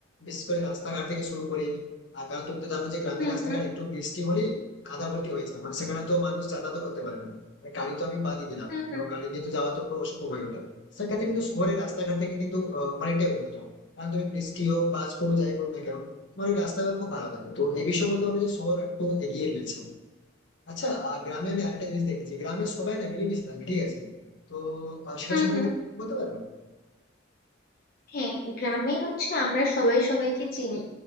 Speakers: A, on the left; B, on the left.
A: বিশেষ করে রাস্তাঘাট থেকে শুরু করে আহ, কারণ তুমি তো জানো যে গ্রামের
B: হুম
A: রাস্তাঘাট
B: হুম
A: একটু বৃষ্টি হলেই কাদা ভর্তি হয়ে যায় মানে সেখানে তো মানুষ যাতায়াত করতে পারবে না আর গাড়ি তো আমি বাদই দিলাম
B: হুম হুম
A: কারণ গাড়ি নিয়ে তো যাওয়া তো পুরো অসম্ভব হয়ে ওঠে সেক্ষেত্রে কিন্তু শহরের রাস্তাঘাট থেকে কিন্তু আহ, অনেকটাই উন্নত কারণ তুমি বৃষ্টি হোক বাজ পড়ুক যাই পড়ুক না কেন তোমার ওই রাস্তাঘাট খুব ভালো থাকে তো এই বিষয়ে বলতে পারবো যে শহর একটু এগিয়ে রয়েছে আচ্ছা আর গ্রামে আমি আরেকটা জিনিস দেখেছি গ্রামে সবাই না মিলেমিশে থাকে ঠিক আছে তো আহ, সেটা
B: হুম
A: সম্বন্ধে
B: হুম
A: কি বলতে পারবেন
B: হ্যাঁ গ্রামে হচ্ছে আমরা সবাই সবাইকে চিনি